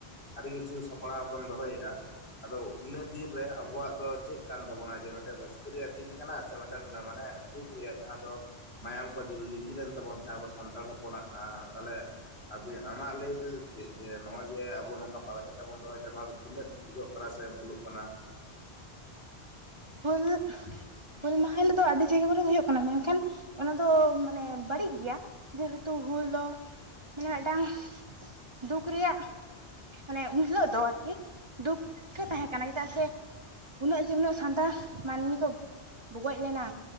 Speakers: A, on the left; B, on the right.
A: ᱟᱹᱰᱤ ᱠᱤᱪᱷᱩ ᱥᱟᱯᱲᱟᱣ ᱵᱚᱱ ᱫᱚᱦᱚᱭ ᱮᱜᱼᱟ ᱾ ᱟᱫᱚ ᱤᱱᱟᱹ ᱫᱤᱱ ᱨᱮ ᱟᱵᱚᱣᱟᱜ ᱫᱚ ᱪᱮᱫ ᱠᱟᱱ ᱛᱟᱵᱚᱱᱟ ᱡᱮ ᱢᱮᱫᱴᱮᱱ ᱨᱟᱹᱥᱠᱟᱹ ᱨᱮᱭᱟᱜ ᱫᱤᱱ ᱠᱟᱱᱟ ᱥᱮ ᱢᱤᱫᱴᱮᱱ ᱢᱟᱱᱮ ᱫᱩᱠ ᱨᱮᱭᱟᱜ ᱡᱟᱦᱟᱸ ᱫᱚ ᱢᱟᱭᱟᱢ ᱠᱚ ᱞᱤᱸᱡᱤ ᱞᱮᱱ ᱛᱟᱵᱚᱱ ᱛᱟᱦᱮᱸᱱ ᱟᱵᱚ ᱥᱟᱱᱛᱟᱲ ᱦᱚᱯᱚᱱᱟᱜ ᱛᱟᱦᱚᱞᱮ ᱟᱢᱟᱜ ᱞᱟᱹᱭ ᱫᱚ ᱪᱮᱫ ᱡᱮ ᱱᱚᱜᱼᱚᱭ ᱡᱮ ᱟᱵᱚ ᱱᱚᱝᱠᱟ ᱯᱟᱛᱟ ᱪᱷᱟᱛᱟ ᱛᱟ ᱵᱚᱱ ᱫᱚᱦᱚᱭ ᱱᱚᱣᱟ ᱫᱚ ᱛᱤᱱᱟᱹᱜ ᱴᱷᱤᱠᱚᱜ ᱠᱟᱱᱟ ᱥᱮ ᱵᱷᱩᱞᱩᱜ ᱠᱟᱱᱟ
B: ᱦᱩᱞ, ᱦᱩᱞ ᱢᱟᱦᱟ ᱦᱤᱞᱳᱜ ᱫᱚ ᱟᱹᱰᱤᱡᱟᱭᱜᱟ ᱠᱚᱨᱮ ᱦᱳᱭᱳᱜ ᱠᱟᱱᱟ ᱢᱮᱱᱠᱷᱟᱱ ᱚᱱᱟ ᱫᱚ ᱢᱟᱱᱮ ᱵᱟᱹᱲᱤᱡ ᱜᱮᱭᱟ᱾ ᱡᱮᱦᱮᱛᱩ ᱦᱩᱞ ᱫᱚ ᱢᱟᱱᱮ ᱢᱤᱫ ᱴᱟᱝ ᱫᱩᱠ ᱨᱮᱭᱟᱜ ᱢᱟᱱᱮ ᱩᱱ ᱦᱤᱞᱳᱜ ᱫᱚ ᱟᱨᱠᱤ ᱫᱩᱠ ᱜᱮ ᱛᱟᱦᱮᱸ ᱠᱟᱱᱟ ᱪᱮᱫᱟᱜ ᱥᱮ ᱩᱱᱟᱹᱜ ᱡᱮ, ᱩᱱᱟᱹᱜ ᱥᱟᱱᱛᱟᱲ ᱢᱟᱹᱱᱢᱤ ᱠᱚ ᱜᱚᱡ ᱞᱮᱱᱟ